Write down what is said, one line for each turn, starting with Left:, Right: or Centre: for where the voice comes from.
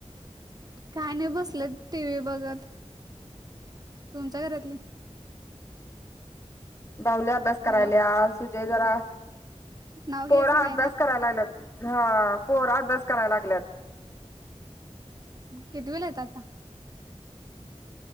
Right: काय नाही बसल टीव्ही बघत. तुमच्या घरातली?
Left: बाहुले अभ्यास करायला
Right: हॅलो
Left: सुजय जरा
Right: नाव घ्यायचं
Left: पोरं
Right: नाही
Left: अभ्यास
Right: ना
Left: कराय लागल्यात. हा पोर अभ्यास करायला लागल्यात.
Right: कितीविला आहेत आता?